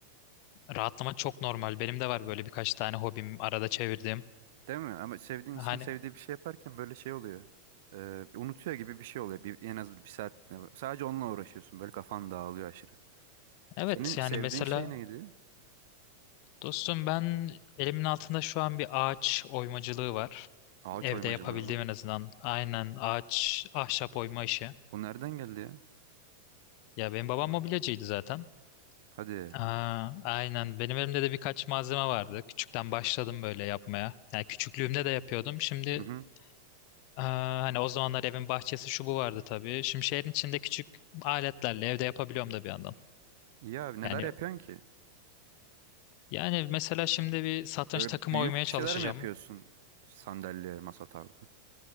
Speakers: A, on the left; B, on the right.
A: rahatlama çok normal. Benim de var böyle birkaç tane hobim arada çevirdiğim.
B: Değil mi? Ama sevdiğin insan
A: Hani
B: sevdiği bir şey yaparken böyle şey oluyor. Ee, unutuyor gibi bir şey oluyor. Bir, en az bir saat sadece onunla uğraşıyorsun. Böyle kafan dağılıyor aşırı.
A: evet
B: Senin
A: yani
B: sevdiğin
A: mesela
B: şey neydi?
A: dostum ben elimin altında şu an bir ağaç oymacılığı var.
B: Ağaç
A: Evde
B: oymacılığı
A: yapabildiğim
B: mı?
A: en azından. Aynen ağaç, ahşap oyma işi.
B: Bu nereden geldi ya?
A: Ya benim babam mobilyacıydı zaten.
B: Hadi.
A: Aa, aynen. Benim elimde de birkaç malzeme vardı. Küçükten başladım böyle yapmaya. Yani küçüklüğümde de yapıyordum. Şimdi
B: Hı hı.
A: aa, hani o zamanlar evin bahçesi şu bu vardı tabii. Şimdi şehrin içinde küçük aletlerle evde yapabiliyorum da bir yandan.
B: İyi abi neler
A: Yani
B: yapıyorsun ki?
A: yani mesela şimdi bir satranç
B: Böyle
A: takımı
B: büyük
A: oymaya
B: bir
A: çalışacağım.
B: şeyler mi yapıyorsun? Sandalye, masa tarzı.